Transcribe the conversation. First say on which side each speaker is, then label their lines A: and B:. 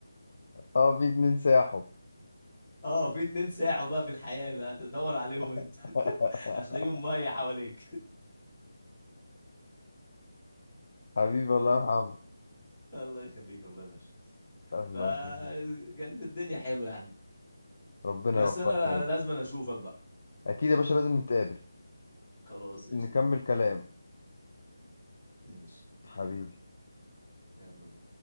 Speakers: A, on the left; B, on the left.
A: اه في اتنين ساحوا
B: اه في اتنين ساحوا بقى في الحياة بقى تدور عليهم انت
A: <laughs>
B: <laughs> هتلاقيهم مية حواليك
A: حبيبي الله يا محمد
B: <laughs> الله يخليك والله ده
A: الله
B: فكانت
A: يخليك
B: الدنيا حلوة يعني
A: ربنا
B: بس
A: يوفقك
B: انا
A: يا رب
B: لازم أنا اشوفك بقى
A: اكيد يا باشا لازم نتقابل
B: خلاص قشطة
A: نكمل كلام
B: ماشي
A: حبيبي
B: يلا يلا بينا